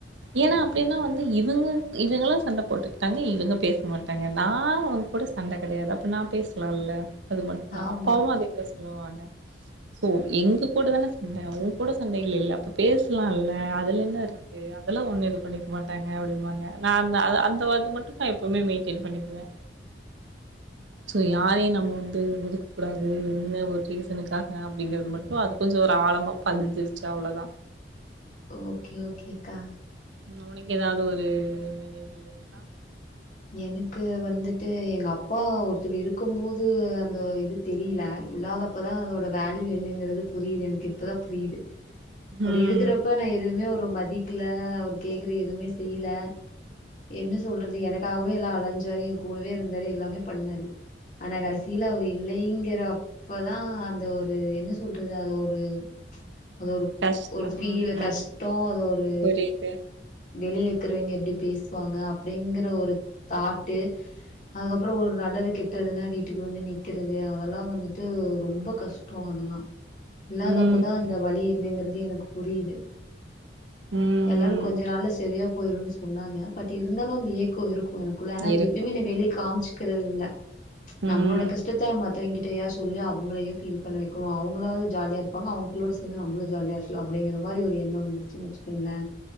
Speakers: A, on the right; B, on the left.
A: ஏன்னா அப்டின்னா வந்து இவங்க இவங்களா சண்ட போட்டுக்கிட்டாங்க இவங்க பேச மாட்டாங்க நா அவங்க கூட சண்ட கெடையாது அப்ப நா பேசலால்ல அது மட்டுந் தா
B: ஆமா
A: அப் அப்பாவு அதேதா சொல்லுவாங்க சோ எங்க கூட தான சண்ட உங்கூட சண்ட இல்லல அப்ப பேசலால்ல அதுல என்னருக்கு அதெல்லா ஒண்ணுருக் பண்ணிக்க மாட்டாங்க அப்டிம்பாங்க நாந்த அத அந்த வார்த்த மட்டு நா எப்பவுமே மெயின்டென் பண்ணிக்குவ சோ யாரையு நம்ம வந் <unintelligible> இதுக் கூடாது என்ன ஒரு ரீசனுக்காக அப்டிங்கறது மட்டு அது கொஞ்சோ ஒரு ஆழமா பதிஞ்சிருச்சு அவ்ளோதா
B: ஓகே ஓகேக்கா
A: ம் உனக்கு ஏதாவது ஒரு நினைவுகள் இருக்கா
B: எனக்கு வந்துட்டு எங்க அப்பா ஒருத்தர் இருக்கும் போது அந்த இது தெரியல இல்லாதப் ப்பதா அதோட
A: ம்
B: வேல்யூ என்னங்கிறதுப் புரியிது எனக்கு இப்போதா புரியிது
A: ம்
B: அவர் இருக்கறப்ப நா எதுவுமே அவுர் வ்ர மதிக்கல அவர் கேக்குற எதுவுமே செய்ல என்ன சொல்றது எனக் க்காகவே எல்லா அலைஞ்சாரு ஏங் கூடவே இருந்தாரு எல்லாமே பண்ணாரு ஆனா கடசீல அவரு இல்லைங்கற அப்பதா அந்த ஒரு என்ன சொல்றது அது ஒரு அது ஒரு
A: கஷ்டம்
B: ஒரு ஃபீல் கஷ்டோ
A: ம்
B: அது ஒரு
A: புரியுது
B: வெளியேக்கிறவைங்க எப்டி பேசுவாங்க அப்டிங்குற ஒரு தாட்டு அதுக்கப்புறோ ஒரு நல்லது கெட்டதுன்னா வீட்டுக்கு வந்து நிக்கிறது அதெல்லா வந்துட்டு ரொம்ப கஷ்டோ அதெல்லா இல்லாதப்பதா
A: ம்
B: அந்த வலி என்னங்குறது அது எனக்கு புரியிது
A: ம்
B: எல்லாரு கொஞ்சோ நாள்ள சரியாப் போயிருன்னு சொன்னாங்க பட் இருந்தாலு அந்த ஏக்கோ இருக்கு எனகுல அன அத
A: இருக்கும்
B: எப்பையுமே வெலி காமிச் இருக்கறதில்ல நம்ளோட
A: ம்
B: கஷ்டத்த மத்தவங்கி டெயா சொல்லி அவங்களே ஃபீல் பண்ண வைகணு அவங்களாவது ஜாலியா இருப்பாங்க அவங்களோட சேந்து நம்ளு ஜாலியா இருகலா அப்படிங்க மாதிரி ஒரு எண்ண வந்துருச்சி வச்சுக்கங்களே